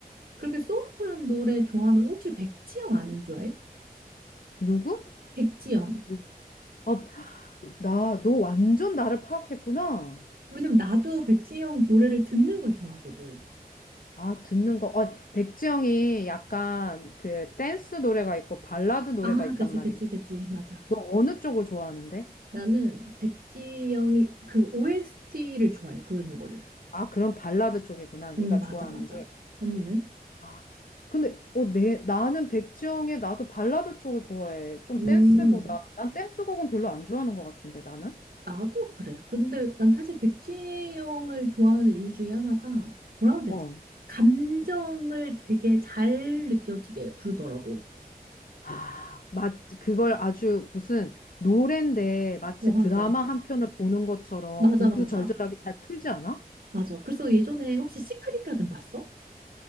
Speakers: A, on the right; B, on the left.
A: 그렇게 소울풀한 노래 좋아하면 혹시 백지영 안 좋아해?
B: 누구?
A: 백지영.
B: 누구? 어. 나, 너 완전 나를 파악했구나.
A: 왜냐면 나도 백지영 노래를 듣는 걸 좋아하거든.
B: 아, 듣는 거. 어, 백지영이 약간 그 댄스 노래가 있고 발라드 노래가
A: 아,
B: 있단
A: 그치,
B: 말이야.
A: 그치, 그치. 맞아.
B: 너 어느 쪽을 좋아하는데?
A: 나는 백지영이 그 OST를 좋아해, 부르는 거를.
B: 아, 그럼 발라드 쪽이구나. 네가
A: 응, 맞아,
B: 좋아하는
A: 맞아.
B: 게.
A: 언니는?
B: 아, 근데 어, 내, 나는 백지영의 나도 발라드 쪽을 좋아해. 좀
A: 음.
B: 댄스보다. 난 댄스곡은 별로 안 좋아하는 것 같은데, 나는.
A: 나도 그래. 근데 난 사실 백지영을 좋아하는 이유 중에 하나가 뭐라고 해야 되지?
B: 어.
A: 감정을 되게 잘 느껴지게 부르더라고.
B: 아, 마치 그걸 아주 무슨 노랜데 마치
A: 어, 맞아.
B: 드라마 한 편을 보는 것처럼
A: 맞아,
B: 구구절절하게
A: 맞아.
B: 잘 풀지 않아?
A: 맞아. 그래서 예전에 혹시 시크릿 가든 봤어?